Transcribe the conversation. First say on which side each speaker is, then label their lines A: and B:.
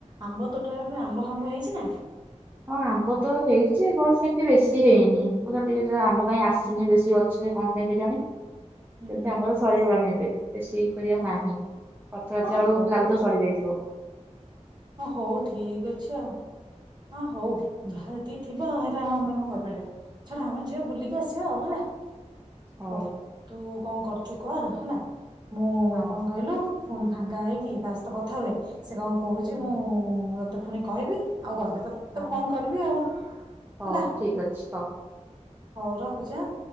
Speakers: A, on the right; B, on the right.
A: ଆମ୍ବ ତୋଟାରେ ପ ଆମ୍ବ ଫାମ୍ବ ହେଇଛି ନା
B: ହଁ ଆମ୍ବ ତ ହେଇଛି ଯେ କଣ ସେମିତି ବେଶୀ ହେଇନି କ ଟିକେ ଅ ଆମ୍ବ କାଇଁ ଆସିନି ବେଶୀ ଅଛି କେ କଣ ପାଇଁ କି ଜାଣି ସେୁ
A: ହୁଁ
B: ଆମର ସରିଗୋଡ଼ ନେବେ ବେଶୀ କରିବାକୁ
A: ହଁ
B: ନାହିଁ ରଥଯାତ୍ରା
A: ହଁ
B: ବେଳକୁ
A: ହଉ
B: ଲାଗୁଥିବ ସରିଯାଇଥିବ
A: ହଁ ହଉ ଠିକ ଅଛି ଆଉ ହ ହଉ ଯାହାତିି ଥିବ ଆଉ ଆମେ କଣ କରିପାରିବା ଛଡା ଆମେ ଯିବା ବୁଲିକି ଆସିବା ଆଉ ହେଲା
B: ହଉ
A: ହ ତୁ କଣ କର ଏ କର ରହନା ମୁଁ
B: ହଁ
A: କଣ କହିଲୁ ପୁଣି ଫାଙ୍କା ହେଇକି ସ୍ତ କଥା ହୁଏ ସେ କଣ? ଯେ
B: ହଁ
A: ମୁଁ ର ତତେ ପୁଣି କହିବି ଆଉ ଗଲେ ତତେ
B: ହଁ
A: ତ ଫୋନ କରିବି ଆଉ ହେଲା
B: ହଉ ଠିକ ଅଛି
A: ହଉ ରଖୁଛ ଆ